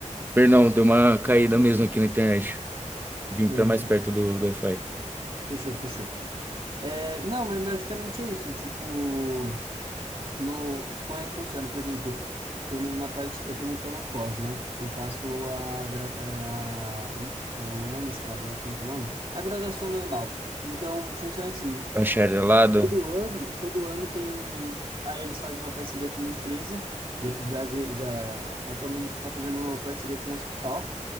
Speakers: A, on the right; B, on the right.
A: perdão, deu uma caída mesmo aqui na internet. Vim
B: Beleza.
A: pra mais perto do, do Wi-Fi.
B: Fechou, fechou. É, não, mas basicamente é isso, tipo, No, como é que funciona? Por exemplo, pelo menos na parte, é que eu não tô na pós, né? Eu faço a, gra- é, a um- é, o- não é mestrado, é como que é o nome? A graduação normal. Então, funciona assim,
A: Bacharelado.
B: todo ano, todo ano tem, aí eles fazem uma parceria com uma empresa, de- das, já, atualmente a gente tá fazendo uma parceria com um hospital,